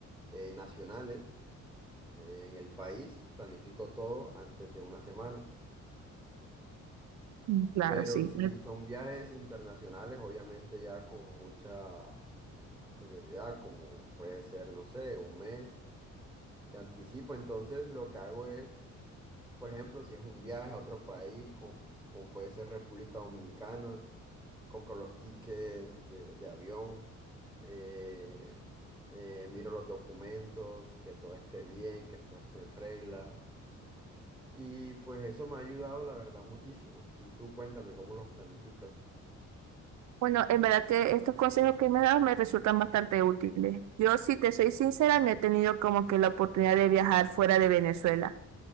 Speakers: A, in the centre; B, on the right.
A: eh, nacionales eh, en el país, planifico todo antes de una semana.
B: Mm, Claro,
A: Pero
B: sí.
A: si
B: Me-
A: son viajes internacionales, obviamente ya con mucha anterioridad, como puede ser, no sé, un mes, de anticipo. Entonces, lo que hago es Por ejemplo, si es un viaje a otro país, como, como puede ser República Dominicana, compro los tickets de, de avión, eh, eh, miro los documentos, que todo esté bien, que todo esté en regla. Y pues eso me ha ayudado, la verdad, muchísimo. Y tú cuéntame cómo los planificas.
B: Bueno, en verdad que estos consejos que me has dado me resultan bastante útiles. Yo, si te soy sincera, no he tenido como que la oportunidad de viajar fuera de Venezuela.